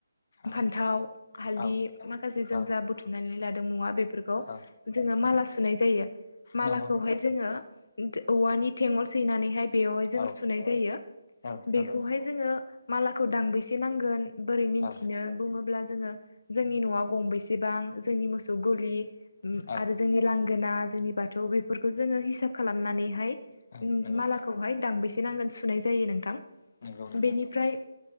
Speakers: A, on the left; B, on the left.
A: औ
B: फान्थाव हालदि
A: औ
B: माखासे जों
A: औ
B: जा बुथुमनानै लादों मुवा बेफोरखौ
A: औ
B: जोङो माला सुनाय जायो मालाखौहाय
A: नंगौ नंगौ
B: जोङो औवानि थेगल सैनानैहाय बेयावहाय
A: औ
B: जोङो सुनाय जायो
A: औ नंगौ
B: बेखौहाय जोङो मालाखौ दांबेसे नांगोन बोरै मिन्थिनो
A: औ
B: बुङोब्ला जोङो जोंनि न'आ गंबैसेबां जोंनि मोसौ गलि
A: औ
B: आरो जोंनि लांगोना जोंनि बाथौ बेफोरखौ जोङो हिसाब खालामो नानैहाय
A: औ नंगौ
B: मालाखौहाय दांबिसे नांगोन सुनाय जायो नोंथां
A: नंगौ नंगौ
B: बेनिफ्राय